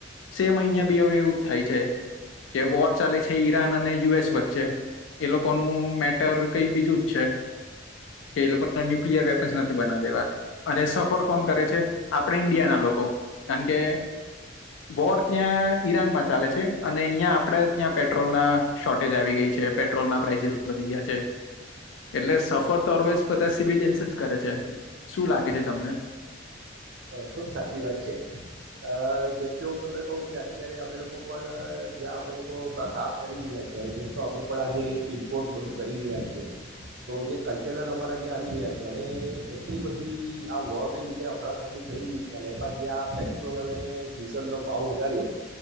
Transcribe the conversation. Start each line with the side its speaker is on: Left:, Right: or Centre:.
Left: સેમ અહિયાં બી હવે એવું જ થાય છે કે વોર ચાલે છે ઈરાન અને યુ એસ વચ્ચે એ લોકોનું મેટર કઈ બીજું જ છે કે એ લોકોને ન્યુક્લયર વેપન્ નથી બના દેવા અને સફર કોણ કરે છે આપણે ઈન્ડિયા ના લોકો કારણ કે વોર ત્યાં ઈરાનમાં ચાલે છે અને અહીં આપડ ત્યાં પેટ્રોલ ના શોર્ટેજ આવી ગઈ છે. પેટ્રોલના પ્રાઇસીસ વધી ગયા છે એટલે સફર તોરવાઈઝ બધા સિવિલિયન્સ જ કરે છે શું લાગે છે તમને?
Right: ખુબ સાચી વાત છે અ જે કે હું તમને કહ કે અત્યારે અમે લોકો પણ જ્યાં અમે લોકો કામ કરી રહ્યા છે જે અમે પણ આજ ઇમ્પોર્ટ બધું કરી રહ્યા છે તો જે કલટેેલર અમારા જે આવી રહ્યા છે હવે એટલી બધી આ વોર ને લીધે ફફડાફફડી થઈ ગઈ છે અને એમાં જે આ પેટ્રોલ અને ડીઝલનો ભાવ વધાર્યો